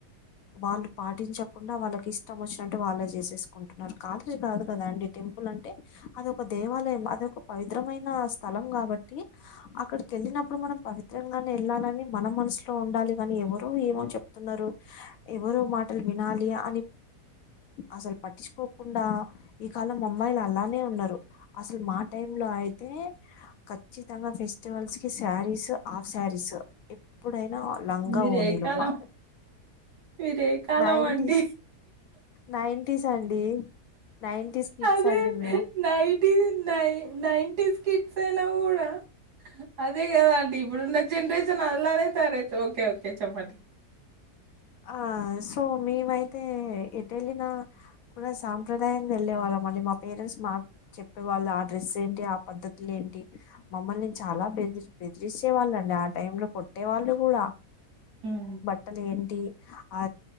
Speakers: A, on the left (about 70°); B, on the right (about 75°).
A: వాళ్ళు పాటించకుండ వాళ్ళకి ఇష్టం వచ్చినట్టు వాళ్ళే చేసేసుకుంటున్నారు కాలేజీ కాదు కదా టెంపుల్ అంటే అదొ ఒక దేవాలయం అద ఒక పవిత్రమైన స్థలం కాబట్టి అక్కడికి వెళ్ళినప్పుడు మనం పవిత్రంగానే ఎళ్ళాలని మన మనసులో ఉండాలి కాని ఎవరో ఏమో చెప్తున్నారు ఎవరో మాటలు వినాలి అని అసలు పట్టిచుకో కుండా ఈ కాలం అమ్మాయిలు అలానే ఉన్నారు అసలు మా టైమ్ లో అయితే ఖచ్చితంగ ఫెస్టివల్స్ కి శారీస్ హాఫ్ శారీస్ ఎప్పుడైనా లంగా
B: మీరే
A: ఓనీలు
B: కాలం
A: మ
B: మీరే కాలం
A: నైంటీస్
B: అండి.
A: నైంటీస్ అండి నైంటీస్ కిడ్స్
B: అదే
A: అండి మేము
B: నైటీ నై నైన్టేస్ అయిన కూడ అదే కదా అండి ఇప్పుడున్న జనరేషన్ అంలానే తాయ రైతే ఓకే ఓకే చెప్పండి
A: ఆ సో మేమైతే ఎటేల్లిన కూడ సాంప్రదాయంగ వెళ్ళే వాళ్ళం మ మా పేరెంట్స్ మా చెప్పేవాళ్ళు ఆ డ్రెస్ ఏంటి ఆ పద్ద్దతులు ఏంటి <unintelligible> చాల బెదిరి బెదిరిచే వాళ్ళండి ఆ టైమ్ లో కొట్టే వాళ్ళు కూడ
B: హ్మ్.
A: బట్టలు ఏంటి ఆ